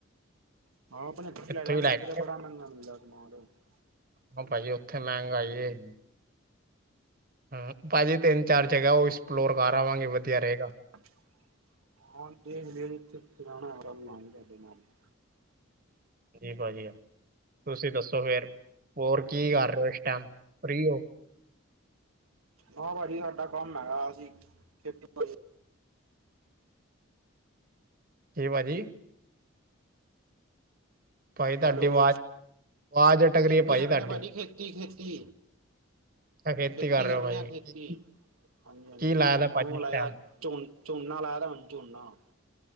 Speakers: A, on the right; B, on the right.
A: <unintelligible>
B: ਇੱਥੋਂ ਹੀ ਲੈ ਜਾਾਂਗੇ ਹਾਂ ਪਾਜੀ ਓਥੇ ਮਹਿੰਗਾਈ ਏ। ਹੂੰ ਪਾਜੀ ਤਿੰਨ-ਚਾਰ ਜਗ੍ਹਾ ਉਹ ਐਕਸਪਲੋਰ ਕਰ ਆਵਾਂਗੇ ਵਧੀਆ ਰਹੇਗਾ।
A: <unintelligible>
B: ਜੀ ਭਾਜੀ, ਤੁਸੀਂ ਦਸੋ ਫੇਰ ਹੋਰ ਕੀ ਕਰ ਰਹੇ ਓ, ਇਸ ਟਾਈਮ ਫਰੀ ਹੋ?
A: ਨਾ ਪਾਜੀ ਸਾਡਾ ਕੰਮ ਹੈਗਾ, ਅਸੀਂ ਖੇਤੀਬਾੜੀ
B: ਕਿ ਪਾਜੀ? ਭਾਈ ਤੁਹਾਡੀ
A: ਹੈਲੋ,
B: ਆਵਾਜ਼ ਆਵਾਜ਼ ਅਟਕ
A: ਖੇਤੀ
B: ਰਹੀ ਹੈ ਭਾਈ
A: ਕਰਨੇ
B: ਤੁਹਾਡੀ
A: ਆ ਪਾਜੀ ਖੇਤੀ-ਖੇਤੀ
B: ਅੱਛਾ
A: ਖੇਤੀ
B: ਕਰ ਰਹੇ
A: ਕਰਨੇ
B: ਹੋ ਭਾਈ
A: ਆਂ ਖੇਤੀ
B: ਕੀ
A: ਹਾਂਜੀ-ਹਾਂਜੀ
B: ਕੀ ਲਾਇਆ ਦਾ ਭਾਜੀ ਇਸ ਟਾਈਮ
A: <unintelligible> ਝੋਨ ਝੋਨਾ ਲਾਯਾ ਦਾ ਹੁਨ ਝੋਨਾ